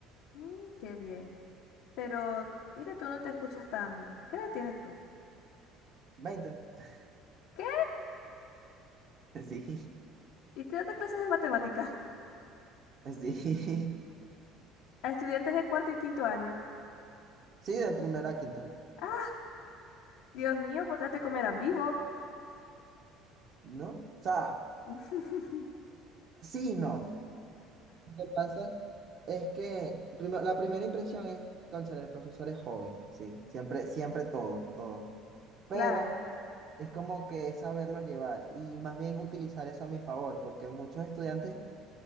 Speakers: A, on the left (about 75°); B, on the right (about 40°).
A: Mm, qué bien. Pero mira, tú no te escuchas tan... ¿Qué edad tienes tú?
B: veinte <laughs>
A: ¿Qué?
B: Sí,
A: Y estoy dando clases de matemáticas <laughs>
B: sí.
A: a estudiantes de cuarto y quinto año.
B: Sí, de primero a quinto.
A: Ah, Dios mío, potaste comerán vivo.
B: ¿no? O sea,
A: <laughs>
B: sí y no. Lo que pasa es que primero- la primera impresión es, cónchale, el profesor es joven, sí, siempre, siempre todos, todos. Pero
A: Claro.
B: es como que es saberlo llevar y más bien utilizar eso a mi favor, porque muchos estudiantes